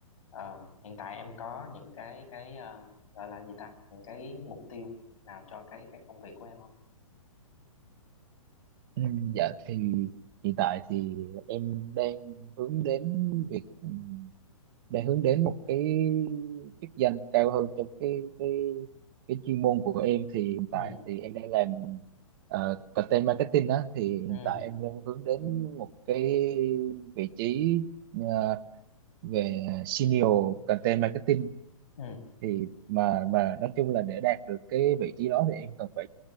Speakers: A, on the left (about 65°); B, on the right (about 40°).
A: Ờ, hiện tại em có những cái cái ờ, gọi là gì ta những cái mục tiêu nào cho cái cái công việc của em không
B: Ừ, dạ thì hiện tại thì em đang hướng đến việc ừ, đang hướng đến một cái chức danh cao hơn trong cái cái cái chuyên môn của em thì hiện
A: ừ
B: tại thì em đang làm ờ, content marketing đó thì hiện
A: ừ
B: tại em đang hướng đến một cái vị trí ờ, về senior content marketing
A: ừ
B: thì mà mà nói chung là để đạt được cái vị trí đó thì em cần phải